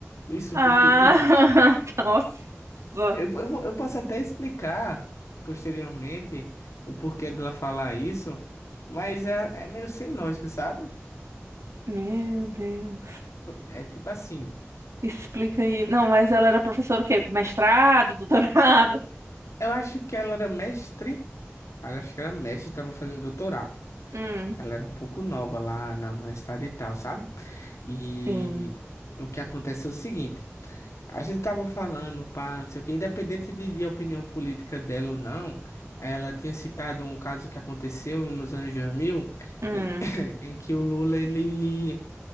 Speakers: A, on the left (about 85°); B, on the right (about 80°).
A: Isso
B: Ah,
A: porque, tipo,
B: <laughs> nossa.
A: eu, eu, vou- eu posso até explicar posteriormente o porquê dela falar isso, mas é, é meio sem lógica, sabe?
B: Meu Deus.
A: É tipo assim,
B: Explica aí. Não, mas ela era professora o quê? Com mestrado, <laughs> doutorado?
A: eu acho que ela era mestre, eu acho que ela era mestre, estava fazendo doutorado.
B: Hum.
A: Ela era um pouco nova lá na universidade e tal, sabe? E
B: Sim.
A: o que acontece é o seguinte. A gente tava falando, pá, não sei o quê, independente de, de opinião política dela ou não, ela tinha citado um caso que aconteceu nos anos 2000
B: Hum.
A: em, <laughs> <coughs> em que o Lula, ele,